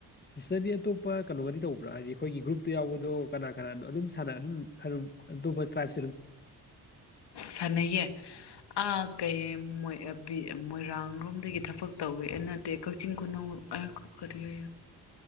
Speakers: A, on the left; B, on the left.
A: ꯏꯁꯇꯗꯤ ꯑꯇꯣꯞꯄ ꯀꯩꯅꯣꯒꯅꯤ ꯇꯧꯕ꯭ꯔꯥ ꯍꯥꯏꯗꯤ ꯑꯩꯈꯣꯏꯒꯤ ꯒ꯭ꯔꯨꯞꯇ ꯌꯥꯎꯕꯗꯣ ꯀꯅꯥ ꯀꯅꯥꯅꯣ ꯑꯗꯨꯝ ꯁꯥꯟꯅ ꯑꯗꯨꯝ ꯑꯇꯣꯞꯄ ꯇ꯭ꯔꯥꯏꯞ
B: ꯁꯅꯩꯌꯦꯦ ꯑꯥ ꯀꯩ ꯃꯣꯏ ꯃꯣꯏꯔꯥꯡꯔꯣꯝꯗꯒꯤ ꯊꯕꯛ ꯇꯧꯋꯤ ꯑꯩ ꯅꯠꯇꯦ ꯀꯛꯆꯤꯡ ꯈꯨꯅꯧ ꯀꯀ ꯌꯥ